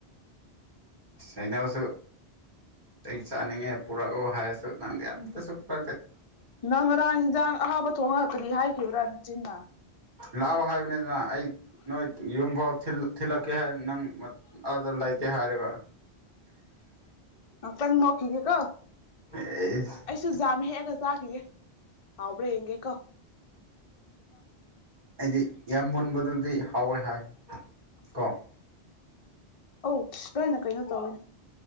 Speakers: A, on the right; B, on the left.
A: ꯩꯅ ꯑꯃꯁꯁꯨ ꯑꯩ ꯆꯥꯅꯤꯡꯉꯦ ꯄꯨꯔꯛꯑꯣ ꯍꯥꯏꯔꯁꯨ ꯅꯪꯗꯤ ꯑꯝꯇꯁꯨꯛꯇꯦ
B: ꯅꯪ ꯉꯔꯥꯡ ꯍꯤꯟꯖꯥꯡ ꯑꯍꯥꯕ ꯊꯣꯛꯣꯡꯍꯂꯛꯀꯔꯤ ꯍꯥꯏꯈꯤꯕ꯭ꯔꯥ ꯅꯆꯤꯟꯅ
A: ꯂꯥꯛꯑꯣ ꯍꯥꯏꯕꯅꯤ ꯑꯗꯨꯅ ꯑꯩ ꯅꯣꯏ ꯌꯨꯝꯐꯥꯎ ꯊꯤꯜꯂꯛꯀꯦ ꯍꯥꯏꯕ ꯅꯪ ꯑꯗ ꯂꯩꯇꯦ ꯍꯥꯏꯔꯒ
B: ꯑ ꯇ ꯅꯈꯤꯒꯦꯀꯣ
A: ꯑꯩꯗꯤ
B: ꯑꯩꯁꯨ ꯖꯥꯝ ꯍꯦꯛꯑꯒ ꯆꯥꯈꯤꯒꯦ ꯍꯥꯎꯕ꯭ꯔꯥ ꯌꯦꯡꯒꯦ ꯀꯣ
A: ꯑꯩꯗꯤ ꯌꯥꯝ ꯃꯨꯟꯕꯗꯨꯗꯤ ꯍꯥꯎꯋꯦ ꯍꯥꯏ ꯀꯣ
B: ꯑꯧ ꯀꯩ ꯅ ꯀꯩ ꯅ ꯇꯧ